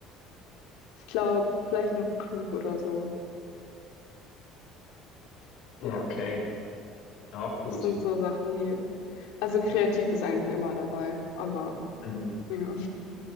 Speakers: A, on the left; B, on the left.
A: ich glaube, vielleicht noch klug oder so. Ja,
B: Okay, auch gut.
A: das sind so Sachen, die. Also kreativ ist eigentlich immer dabei, aber
B: Hm,
A: ja.